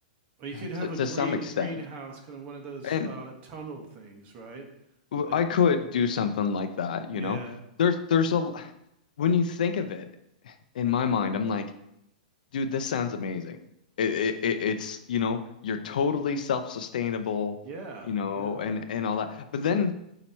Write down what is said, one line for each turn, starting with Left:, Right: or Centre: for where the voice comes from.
Right: or you could have
Left: to, to
Right: a green
Left: some extent.
Right: greenhouse, kind of one of those
Left: And
Right: uh tunnel things, right?
Left: w-
Right: That
Left: I could do
Right: yeah,
Left: something like that,
Right: yeah,
Left: you know. There's there's a l- when you think of it in my mind, I'm like, dude, this sounds amazing. It, it, it it's, you know, you're totally self-sustainable,
Right: yeah,
Left: you know,
Right: yeah.
Left: and and all that. But then